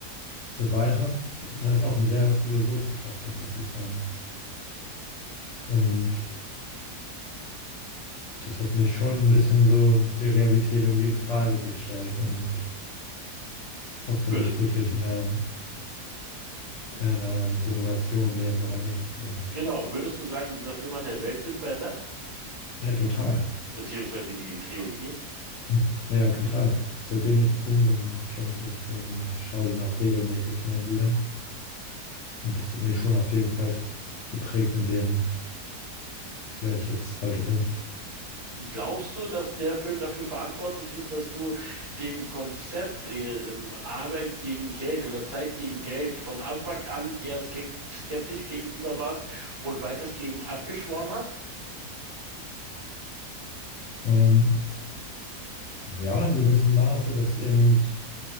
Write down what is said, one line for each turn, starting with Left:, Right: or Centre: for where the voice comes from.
Left: so weiter. Das ist auch ein sehr philosophischer Film, muss ich sagen. Und das hat mich schon ein bisschen so die Realität irgendwie in Frage gestellt und ob wir
Right: Würde,
Left: nicht wirklich in einer, in einer Simulation leben oder nicht eben.
Right: genau, würdest du sagen, dieser Film hat dein Weltbild verändert?
Left: Ja, total.
Right: Beziehungsweise die Trilogie?
Left: Hm. Ja, ja, total. Seitdem ich jung bin, kenne ich den Film und schaue den auch regelmäßig mal wieder. Und das hat mich schon auf jeden Fall pro- geprägt in dem, wer ich jetzt heute bin.
Right: Glaubst du, dass der Film dafür verantwortlich ist, dass du dem Konzept äh, ähm, Arbeit gegen Geld oder Zeit gegen Geld von Anfang an eher skek- skeptisch gegenüber warst und weitestgehend abgeschworen hast?
Left: Ähm, ja, in gewissem Maße, dass eben